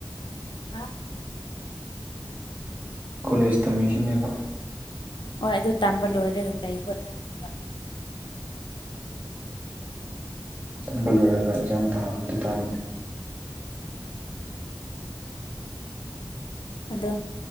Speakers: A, on the left; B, on the right.
A: ꯍꯥ
B: ꯀꯣꯂꯦꯖ ꯇꯝꯃꯤꯁꯤꯅꯦꯕ
A: ꯍꯣꯏ ꯑꯗꯨ ꯇꯝꯕ ꯂꯣꯏꯔꯦꯒ ꯀꯩ ꯍꯣꯠꯅꯒꯦꯕ
B: ꯇꯝꯕ ꯂꯣꯏꯔꯒ ꯑꯦꯛꯖꯥꯝ ꯊꯥꯕ ꯑꯗꯨ ꯇꯥꯏꯅꯦ
A: ꯑꯗ